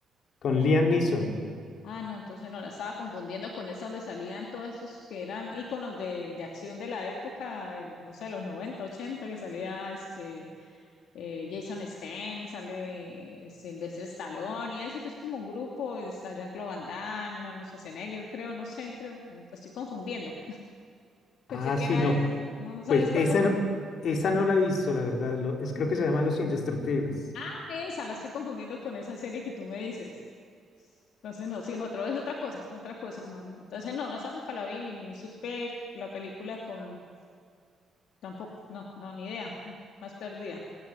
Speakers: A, on the left (about 65°); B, on the left (about 80°).
A: Con Liam Neeson.
B: Ah, no, entonces no la estaba confundiendo con esa donde salían todos estos que eran íconos de, de acción de la época, el- no sé, los 90, 80, que salía este. eh, Jason Statham, sale Sylvester Stallone y eso que es como un grupo, y está Jean-Claude Van Damme, Arnold Schwarzenegger, creo, no sé, creo, me estoy confundiendo.
A: Ah,
B: Pensé que
A: sí,
B: era
A: no.
B: esa. ¿No, no sabes
A: Pues
B: cuál
A: esa
B: es?
A: no, esa no la he visto, la verdad. lo- es, creo que se llama Los Indestructibles.
B: Ah, esa, la estoy confundiendo con esa serie que tú me dices. Entonces, no, sí, otro es otra cosa, otra cosa, no, no. Entonces, no, no, esa nunca la vi, ni, ni supe la película con, tampoco, no, no, ni idea, más perdida.